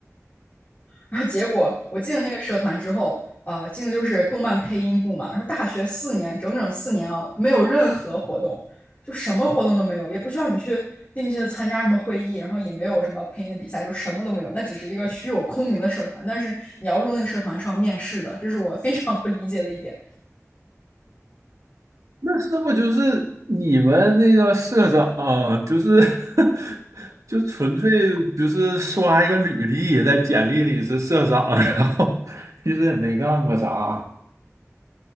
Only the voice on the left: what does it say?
然后结果我进了那个社团之后，呃，进的就是动漫配音部嘛。然后大学四年，整整四年啊，没有任何活动，就什么活动都没有，也不需要你去定期的参加什么会议，然后也没有什么配音的比赛，就什么都没有。那只是一个虚有空名的社团，但是你要入那个社团是要面试的，这是我非常不理解的一点。